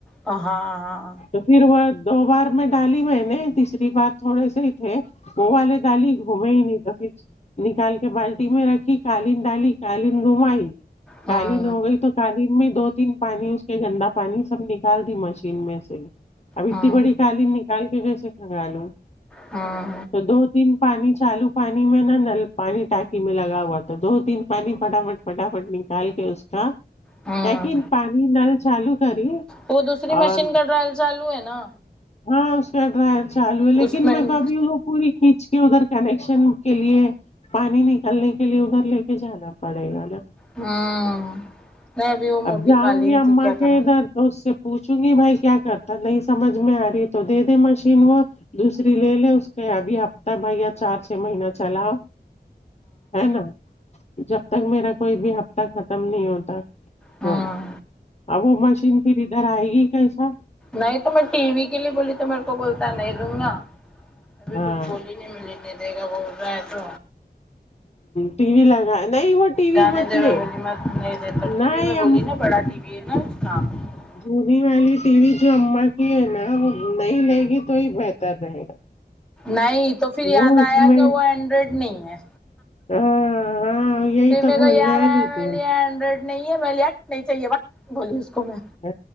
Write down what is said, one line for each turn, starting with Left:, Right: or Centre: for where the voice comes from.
Centre: ہاں ہاں
Left: تو پھر وہ دو بار میں ڈالی میں نے تیسری بار تھوڑے سے ہی تھے وہ والے ڈالی گھوم ہی نہیں تو پھر نکال کے بالٹی میں رکھی قالین ڈالی قالین گھمائی
Centre: ہاں
Left: قالین ہو گئی تو قالین میں دو تین پانی اس کے گندا پانی سب نکال دی مشین میں سے اب اتنی
Centre: ہاں
Left: بڑی قالین نکال بھی کیسے کگالوں
Centre: ہاں
Left: دو تین پانی چالو پانی میں نا نل پانی ٹانکی میں لگا ہوا تھا دو تین پانی فٹافٹ فٹافٹ نکال کے اس ہاں
Centre: ہاں
Left: لیکن پانی نل چالو کری
Centre: وہ دوسری مشین
Left: اور
Centre: کا ٹرائل چالو ہے نا
Left: ہاں اس کا ڈرائر چالو ہے لیکن
Centre: اس
Left: میں
Centre: ہوں
Left: ابھی وہ پوری کھینچ کے ادھر کنیکشن کے لیے پانی نکالنے کے لیے ادھر لے کے جانا پڑے گا نا
Centre: ہوں نہیں ابھی وہ موٹی
Left: اب جاؤں
Centre: قالین
Left: گی اما
Centre: تھی کیا کریں
Left: کے ادھر تو اس سے پوچھوں گی بھائی کیا کرتا نہیں سمجھ میں آ رہی تو دے دے مشین وہ دوسری لے لے اس پہ ابھی ہفتہ بھیا چار چھ مہینہ چلاؤ ہے نا جب تک میرا کوئی بھی ہفتہ ختم نہیں ہوتا
Centre: ہوں
Left: ہ اب وہ مشین پھر ادھر آئے گی کیسا
Centre: نہیں تو میں ٹی وی کے لیے بولی تو میرے کو بولتا نہیں دوں گا میں
Left: ہاں
Centre: کچھ بولی مل نے نہیں دے گا بول رہ تو
Left: ٹی وی لگا نہیں وہ ٹی وی
Centre: جانے
Left: مت
Centre: دی
Left: لے
Centre: میں بولی مت نہیں دیتا ٹی
Left: نہیں
Centre: وی میں بولی نا بڑا ٹی وی ودنستام <unintelligible>
Left: جونی والی ٹی وی جو اماں کی ہے نا وہ نہیں لے گی تو ہی بہتر رہے گا
Centre: نہیں تو پھر یاد
Left: وہ اس
Centre: آیا
Left: میں
Centre: کہ وہ اینڈرائڈ نہیں ہے
Left: ہاں یہی
Centre: پھر
Left: ہاں تو
Centre: میرے کو
Left: بولنے
Centre: یاد
Left: والی
Centre: آیا میں
Left: تھی
Centre: بولی اینڈرائیڈ نہیں ہے میں بولی نہیں چاہیے بس بولی اس کو میں
Left: ہ